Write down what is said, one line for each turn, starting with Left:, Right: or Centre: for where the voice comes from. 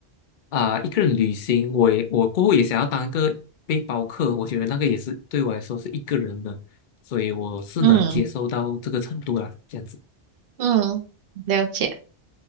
Left: 啊、一个人旅行。我也我过后也想要当一个背包客，我觉得那个也是对我来说是一个人的，所以我是能接受到这个程度啦，
Right: 嗯
Left: 这样子。
Right: 嗯，了解。